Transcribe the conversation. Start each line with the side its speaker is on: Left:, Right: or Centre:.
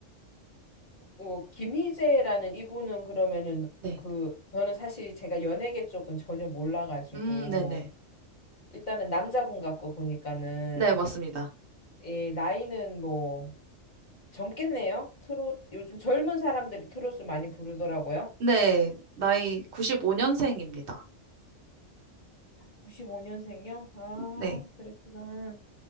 Left: 어, 김희재라는 이분은 그러면은
Right: 네.
Left: 그 저는 사실 제가 연예계 쪽은 전혀 몰라가지고
Right: 음, 네네.
Left: 일단은 남자분 같고 보니까는
Right: 네, 맞습니다.
Left: 예, 나이는 뭐 젊겠네요. 트롯 요즘 젊은 사람들이 트롯을 많이 부르더라고요.
Right: 네, 나이 95년생입니다.
Left: 95년생요? 아,
Right: 네.
Left: 그랬구나.